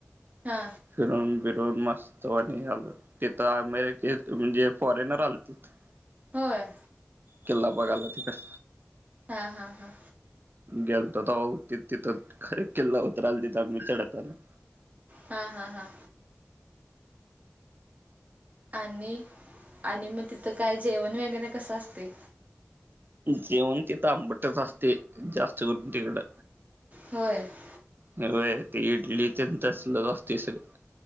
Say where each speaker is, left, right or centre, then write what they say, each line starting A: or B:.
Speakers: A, on the right (about 35°); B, on the right (about 50°).
A: हा
B: फिरून बिरून मस्तवाणी आलो तिथ अमेरिकेत म्हणजे फॉरेनर आलते. <inaudible>
A: होय
B: किल्ला बघायला तिकडे
A: हा हा हा
B: गेलतो तवा होतीत तिथं किल्ला उतरालतीत आम्ही चढताना
A: हा हा हा आणि आणि मग तिथं काय जेवण वगैरे कसं असते
B: जेवण तिथ आंबटच असते जास्त करून तिकडं
A: होय <inaudible>
B: व्हय इडली तेन तसलच असतंय सगळं.